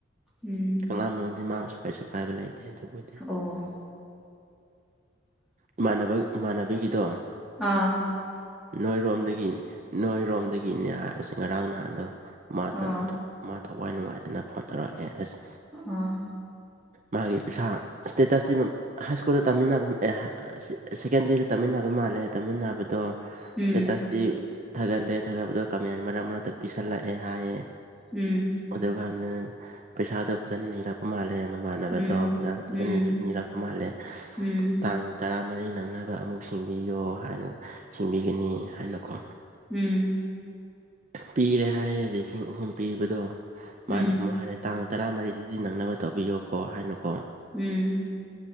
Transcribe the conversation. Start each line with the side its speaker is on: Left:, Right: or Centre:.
Centre: ꯎꯝ
Right: <unintelligible> ꯀꯩꯁꯨ ꯀꯥꯏꯕ ꯂꯩꯇꯦ ꯑꯗꯨꯕꯨꯗꯤ
Centre: ꯑꯣ
Right: ꯏꯃꯥꯟꯅꯕ ꯏꯃꯥꯟꯅꯕꯒꯤꯗꯣ
Centre: ꯑꯥ
Right: ꯅꯣꯏꯔꯣꯝꯗꯒꯤ ꯅꯣꯏꯔꯣꯝꯗꯒꯤꯅꯦ ꯑꯁ ꯉꯔꯥꯡ ꯅꯍꯥꯟꯗꯣ ꯃꯥ
Centre: ꯑꯥ
Right: ꯃꯥ ꯊꯋꯥꯏ ꯅꯨꯡꯉꯥꯏꯇꯅ ꯐꯣꯟ ꯇꯧꯔꯛꯑꯦ ꯑꯁ
Centre: ꯑꯥ
Right: ꯃꯥꯒꯤ ꯄꯩꯁꯥ ꯏꯁꯇꯦꯇꯁꯇꯤ ꯍꯥꯏ ꯁ꯭ꯀꯨꯜꯗ ꯇꯝꯃꯤꯟꯅꯕ ꯑꯦ ꯁꯦꯀꯦꯟꯗꯔꯤꯗ ꯇꯝꯃꯤꯟꯅꯕ ꯃꯥꯜꯂꯦ ꯇꯝꯃꯤꯟꯅꯕꯗꯣ
Centre: ꯎꯝ
Right: ꯏꯁꯇꯦꯇꯁꯇꯤ ꯊꯥꯒꯠꯂꯦ ꯊꯥꯒꯠꯄꯗ ꯀꯃꯦꯟ ꯃꯔꯛ ꯃꯔꯛꯇ ꯄꯤꯁꯜꯂꯛꯑꯦ ꯍꯥꯏꯌꯦ
Centre: ꯎꯝ
Right: ꯑꯗꯨꯀꯥꯟꯗ ꯄꯩꯁꯥꯗꯣ ꯐꯖꯅ ꯅꯤꯔꯛꯄ ꯃꯥꯜꯂꯦ ꯃꯃꯥꯟꯅꯕꯗꯣ
Centre: ꯎꯝ
Right: ꯄꯩꯖꯥꯗ
Centre: ꯎꯝ
Right: ꯆꯅꯥꯗꯣ ꯅꯤꯔꯛꯄ ꯃꯥꯜꯂꯦ
Centre: ꯎꯝ
Right: ꯇꯥꯡ ꯇꯔꯥꯃꯔꯤ ꯅꯪꯅꯕ ꯑꯃꯨꯛ ꯁꯤꯡꯕꯤꯌꯣ ꯍꯥꯏꯅ ꯁꯤꯡꯕꯤꯒꯅꯤ ꯍꯥꯏꯅꯀꯣ
Centre: ꯎꯝ
Right: ꯄꯤꯔꯦ ꯍꯥꯏꯌꯦ ꯂꯤꯁꯤꯡ ꯑꯍꯨꯝ ꯄꯤꯕꯗꯣ
Centre: ꯎꯝ
Right: ꯃꯥꯅ ꯑꯃꯨꯛ ꯍꯥꯏꯔꯛ ꯇꯥꯡ ꯇꯔꯥꯃꯔꯤꯗꯗꯤ ꯅꯪꯅꯕ ꯇꯧꯕꯤꯌꯣꯀꯣ ꯍꯥꯏꯅꯀꯣ
Centre: ꯎꯝ